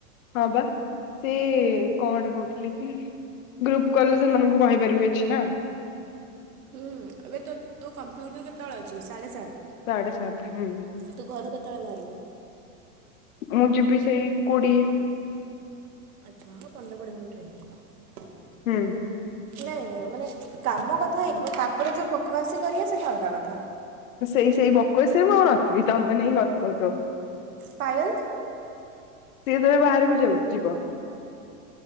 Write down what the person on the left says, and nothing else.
ହଁ ବା ସେ କଣଟେ କହୁଥିଲେ କି ଗ୍ରୁପ କଲେ ସେମାନଙ୍କୁ କହିବାରିବିଅଛି ନା।
ସାଢେ଼ ସାତ ହୁଁ।
ମୁଁ ଯିବି ସେଇ କୋଡିଏ।
ହୁଁ।
ସେଇ ସେଇ ବକସରେ ମୁଁ ଆଉ ନଥିବି ତମେ ନେଇ କଥା ହଉଥ
ସିଏ ତବେ ବାହାରକୁ ଯ ଯିବ।